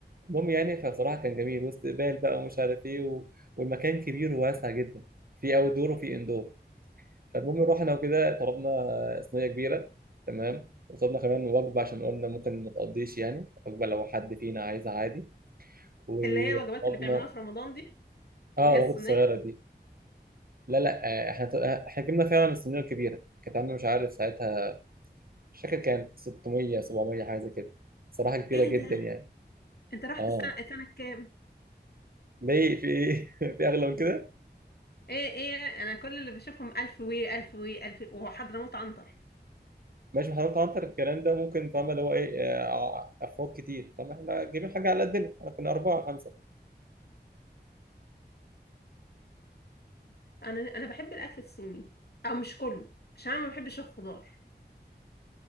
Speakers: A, on the right (about 55°); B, on the left (about 65°).
A: المهم يعني فبصراحه كان جميل واستقبال بقى ومش عارف ايه و... والمكان كبير وواسع جدا في اوت دور وفي اندور فالمهم رحنا وكده طلبنا آه، صينيه كبيره تمام وطلبنا كمان وجبه عشان قلنا ممكن ما تقضيش يعني وجبه لو حد فينا عايزها عادي وقبضنا
B: اللي هي وجبات اللي بيعملوها في رمضان دي
A: اه
B: اللي
A: العبوة
B: هي الصينيه
A: الصغيرة دي لا لا آه، احنا ت- آه، احنا جبنا فعلا الصينية الكبيرة كانت عاملة مش عارف ساعتها مش فاكر كانت 600 700 حاجة زي كده صراحة كبيرة
B: ايه
A: جدا
B: ده
A: يعني
B: انت رحت
A: اه
B: السنه السنه كام
A: ليه في ايه <laughs> في اغلى من كده
B: ايه ايه انا كل اللي بشوفهم الف وي الف وي الف وحضرموت عنتر
A: ماشي ما حضرتك عنتر الكلام ده ممكن فاهم اللي هو ايه آه، ع- افراد كتير فاهم احنا جايبين حاجة على قدنا احنا كنا أربعة خمسة
B: انا انا بحب الاكل الصيني او مش كله عشان انا ما بحبش الخضار